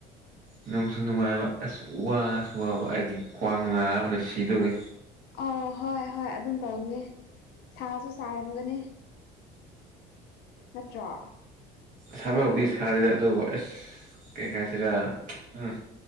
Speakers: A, on the right; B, on the left.
A: ꯅꯨꯡꯁꯨ ꯅꯨꯡꯉꯥꯏꯕ ꯑꯁ ꯋꯥꯁꯨ ꯋꯥꯕ ꯑꯩꯒꯤ ꯈ꯭ꯋꯥꯡ ꯅꯥꯕꯅ ꯁꯤꯗꯧꯋꯦ
B: ꯑꯣ ꯍꯣꯏ ꯍꯣꯏ ꯑꯗꯨꯝ ꯇꯧꯅꯤ ꯁꯥꯁꯨ ꯁꯥꯔꯝꯒꯅꯤ ꯅꯠꯇ꯭ꯔꯥ
A: ꯁꯥꯕꯧꯗꯤ ꯁꯥꯔꯤꯔ ꯑꯗꯨꯕꯨ ꯑꯁ ꯀꯩ ꯍꯥꯏꯁꯤꯔ ꯎꯝ